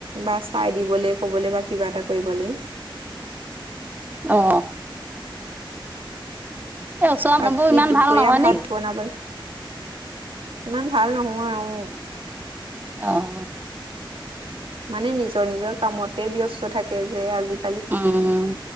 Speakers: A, on the right; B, on the right.
A: বাচ পাই দিবলৈ কবলৈ বা কিবা এটা কৰিবলৈ
B: অ এই ওচৰ
A: বাকী
B: মানুহবোৰ ইমান
A: দুপৰীয়া
B: ভাল নহয়
A: ভাত
B: নেকি
A: বনাবলৈ ইমান ভাল নহয় আহ
B: আহ
A: মানে নিজৰ নিজৰ কামতে ব্যস্ত থাকে যে আজি
B: উম